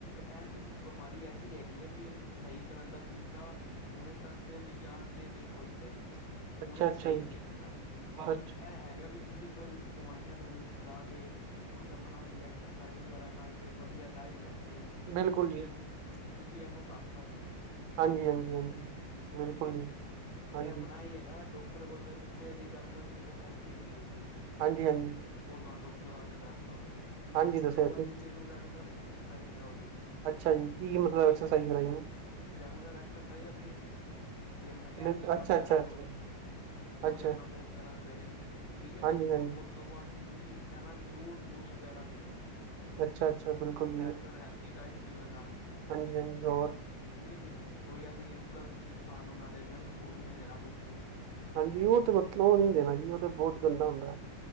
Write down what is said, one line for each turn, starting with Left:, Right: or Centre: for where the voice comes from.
Left: ਐਨ ਬਿਮਾਰੀ ਐਸੀ ਹੈਗੀ ਹੈ ਬੀ ਇਨ ਸਹੀ ਕਰਨ ਦਾ ਤਰੀਕਾ ਕਾ ਹੁਣੇ ਤੱਕ ਤੇ ਵਿਗਿਆਨ ਨੇ ਨਹੀਂ ਖੋਜ ਪਾਈ ਜੀ
Right: ਅੱਛਾ
Left: ਪੂਰੇ
Right: ਅੱਛਾ
Left: ਸਹੀ
Right: ਜੀ
Left: ਤਰੀਕੇ ਨਾਲ ਬਾਕੀ
Right: ਅੱਛਾ
Left: ਇਹ ਹੈਗਾ ਬੀ ਤੁਸੀਂ ਕੁੱਝ ਦਵਾਈਆਂ ਦੁਵੀਈਆਂ ਚਲਾ ਕੇ ਕੁਛ ਆਪਣਾ ਵੀ ਐਕਸਰਸਾਈਜ਼ ਵਗੈਰਾ ਕਰਕੇ ਵਧੀਆ ਡਾਇਟ ਲੈ ਕੇ
Right: ਬਿਲਕੁਲ
Left: ਤੁਸੀਂ
Right: ਜੀ
Left: ਇਹਨੂੰ ਤੁਸੀਂ ਇਹਨੂੰ ਘੱਟ ਕਰ ਸਕਦੇ ਜੇ
Right: ਹਾਂਜੀ ਹਾਂਜੀ ਹਾਂਜੀ। ਬਿਲਕੁਲ
Left: ਠੀਕ ਹੈ ਜੀ
Right: ਹਾਂਜੀ
Left: ਇਹ ਆਪਣਾ ਹੀ ਹੈਗਾ ਡੋਕਟਰ ਕੋਲ ਪਹਿਲੇ ਤੇ ਇਹਦੀ ਰੈਗੂਲਰ ਕੀਮੋਥੇਰਪੀ ਹੁੰਦੀ ਹੈ ਜੀ
Right: ਹਾਂਜੀ ਹਾਂਜੀ
Left: ਉਹ ਤੁਹਾਨੂੰ ਡੋਕਟਰ ਸਾਹਿਬ ਨੇ ਦੱਸਤਾ ਹੋਣਾ ਜੀ
Right: ਹਾਂਜੀ
Left: ਉਸ
Right: ਦੱਸਿਆ
Left: ਤੋਂ ਬਾਅਦ
Right: ਸੀ
Left: ਤੁਸੀਂ ਇਹਨੂੰ ਰੈਗੂਲਰ ਐਕਸਰਸਾਈਜ਼ ਕਰਾਓ ਜੀ
Right: ਅੱਛਾ ਜੀ ਕੀ ਮਤਲਬ
Left: ਠੀਕ
Right: ਐਕਸਰਸਾਈਜ਼
Left: ਹੈ।
Right: ਕਰਾਈ ਉਨੂੰ।
Left: ਰੈਗੂਲਰ ਐਕਸਾਈਜ਼ ਆਪਣੀ ਵੀ ਆਪਣਾ
Right: ਹੈ।
Left: ਕੈਲਰੀ
Right: ਅੱਛਾ
Left: ਬਰਨ ਕਰਨ
Right: ਅੱਛਾ ਅੱਛਾ
Left: ਰੋਜ਼ ਰੋਜ਼
Right: ਅੱਛਾ
Left: ਆਪਣਾ ਵੋਕ ਕਰਨ ਸਵੇਰੇ ਠੀਕ ਹੈ
Right: ਹਾਂਜੀ
Left: ਜੀ ਉਸ
Right: ਹਾਂਜੀ
Left: ਉਸ ਤੋਂ ਬਾਅਦ ਜੀ ਤੁਸੀਂ ਇਹਨਾ ਨੂੰ ਜ਼ਰੂਰ ਜੂਸ ਵਗੈਰਾ ਦਿਓ।
Right: ਅੱਛਾ ਅੱਛਾ ਬਿਲਕੁਲ
Left: ਰੈਗੂਲਰ ਹੈਲਦੀ ਡਾਇਟ ਦਿਓ ਇਹਨਾਂ ਨੂੰ
Right: ਹਜੀਜ਼ਰ
Left: ਠੀਕ ਹੈ ਜੀ ਕੋਈ ਅਸੀਂ ਗ਼ਲਤ ਚੀਜ਼ ਖਾਣ ਨੂੰ ਉਹਨਾਂ ਦੇ ਜੰਕ ਫੂਡ ਨੀ ਦੇਣਾ ਕੁਛ ਤੁਸੀਂ
Right: ਹਾਂਜੀ ਉਹ ਤੇ ਮਤਲਬ ਉਹ ਨਹੀਂ ਦੇਣਾ ਜੀ ਉਹ ਤੇ ਬਹੁਤ ਗੰਦਾ ਹੁੰਦਾ।